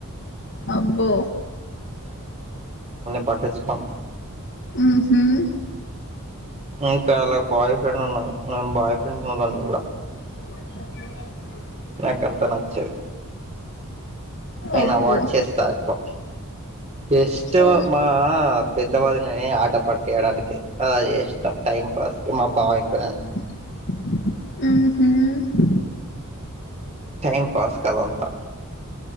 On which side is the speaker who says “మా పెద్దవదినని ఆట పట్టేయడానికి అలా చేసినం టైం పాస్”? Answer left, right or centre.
Right